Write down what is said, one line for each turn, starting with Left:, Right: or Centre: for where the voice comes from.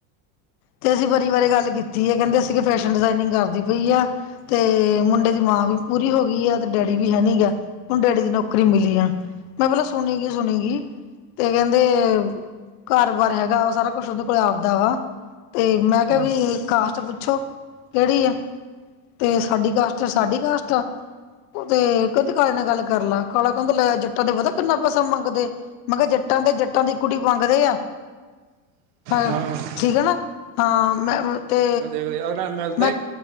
Left: ਤੇ ਅਸੀਂ ਬਾਰੀ ਵਾਰੀ ਗੱਲ ਕੀਤੀ ਹੈ ਕਹਿੰਦੇ ਅਸੀਂ ਕਿ ਫੈਸ਼ਨ ਡਿਜ਼ਾਇਨਿੰਗ ਕਰਦੀ ਪਈ ਆ ਤੇ ਮੁੰਡੇ ਦੀ ਮਾਂ ਵੀ ਪੂਰੀ ਹੋ ਗਈ ਆ ਤੇ ਡੈਡੀ ਵੀ ਹੈਨੀ ਗਾ ਉਹਨੂੰ ਡੈਡੀ ਦੀ ਨੌਕਰੀ ਮਿਲੀ ਆ, ਮੈਂ ਪਹਿਲੇ ਸੁਣੀ ਗਈ- ਸੁਣੀ ਗਈ, ਤੇ ਕਹਿੰਦੇ ਘਰ ਬਾਰ ਹੈਗਾ, ਸਾਰਾ ਕੁਛ ਉਹਦੇ ਕੋਲ ਆਪਦਾ ਵਾ ਤੇ ਮੈਂ ਕਿਹਾ
Right: ਹੂੰ
Left: ਵੀ, ਕਾਸਟ ਪੁੱਛੋ, ਕਿਹੜੀ ਆ ਤੇ ਸਾਡੀ ਕਾਸਟ, ਸਾਡੀ ਕਾਸਟ ਆ ਤੇ ਕਹਿੰਦੇ ਕਾਲੇ ਨੇ ਗੱਲ ਕਰ ਲੈ, ਕਾਲਾ ਕਹਿੰਦਾ, ਲੈ ਜੱਟਾਂ ਤੇ ਪਤਾ ਕਿੰਨਾ ਪੈਸਾ ਮੰਗਦੇ ਮੈਂ ਕਿਹਾ ਜੱਟਾਂ ਤੇ ਜੱਟਾਂ ਦੀ ਕੁੜੀ ਮੰਗਦੇ ਆ, ਹ
Right: ਹਾਂ
Left: ਠੀਕ ਹੈ ਨਾ ਹਾਂ, ਮੈਂ ਤੇ
Right: ਫਿਰ ਅਗਲਾ ਮਿਲ
Left: ਮੈਂ,